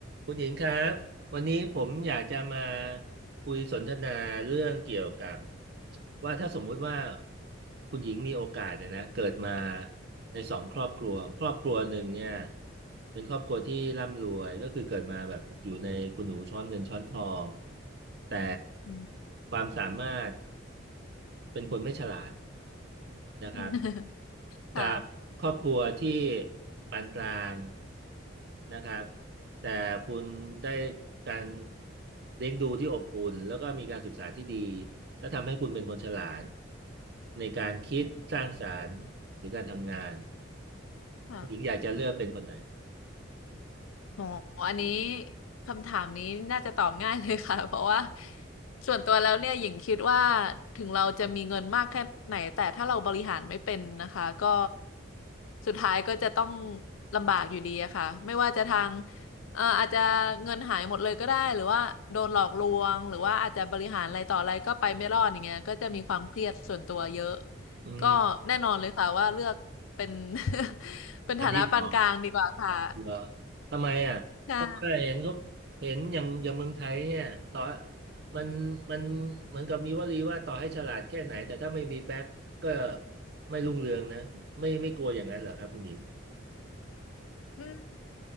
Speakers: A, on the right; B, on the left.
A: คุณหญิงครับวันนี้ผมอยากจะมาคุยสนทนาเรื่องเกี่ยวกับว่าถ้าสมมุติว่าคุณหญิงมีโอกาสเนี่ยนะเกิดมาในสองครอบครัวครอบครัวหนึ่งเนี่ยเป็นครอบครัวที่ร่ำรวยก็คือเกิดมาแบบอยู่ในคุณหนูช้อนเงินช้อนทองแต่
B: อืม
A: ความสามารถ เป็นคนไม่ฉลาดนะครับ
B: <laughs> ค่ะ
A: กับบครอบครัวที่ปานกลางนะครับแต่คุณได้การเลี้ยงดูที่อบอุ่นแล้วก็มีการศึกษาที่ดีและทำให้คุณเป็นคนฉลาดในการคิดสร้างสรรค์หรือการทำงาน
B: ค่ะ
A: หญิงอยากจะเลือกเป็นคนไหน
B: โหอันนี้คำถามนี้น่าจะตอบง่ายเลยค่ะ <laughs> เพราะว่าส่วนตัวแล้วเนี่ยหญิงคิดว่าถึงเราจะมีเงินมากแค่ไหนแต่ถ้าเราบริหารไม่เป็นนะคะก็สุดท้ายก็จะต้องลำบากอยู่ดีอะค่ะไม่ว่าจะทางเอ่ออาจจะเงินหายหมดเลยก็ได้หรือว่าโดนหลอกลวงหรือว่าอาจจะบริหารอะไรต่ออะไรก็ไปไม่รอดอย่างเงี้ยก็จะมีความเครียดส่วนตัวเยอะ
A: อืม
B: ก็แน่นอนเลยค่ะว่าเลือกเป็น <laughs> เป็นฐานะปานกลางดีกว่าค่ะ
A: อันที่สอง เหรอทำไมอ่ะ
B: ใช่
A: เพราะว่าเห็นก็เห็นอย่างอย่างเมืองไทยเนี่ยต่อมันมันเหมือนกับมีวลีว่าต่อให้ฉลาดแค่ไหนแต่ถ้าไม่มีแบ็คก็ไม่รุ่งเรืองนะไม่ไม่กลัวอย่างนั้นเหรอครับคุณหญิง
B: อืม